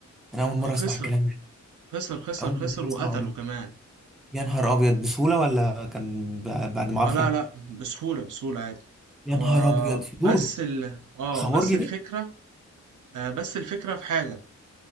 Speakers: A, in the centre; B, on the right.
A: انا اول مره
B: آه،
A: اسمع
B: خسر
A: الكلام ده
B: خسر خسر
A: اول
B: خسر
A: مره
B: وقتله
A: اسمعه ده
B: كمان
A: يا نهار ابيض بسهوله ولا كان ب- بعد معافره
B: اه لا لا بسهولة بسهولة عادي
A: يا
B: آه
A: نهار ابيض
B: بس
A: يور
B: ال اه
A: خمورجي
B: بس الفكرة
A: ده
B: آه بس الفكرة في حاجة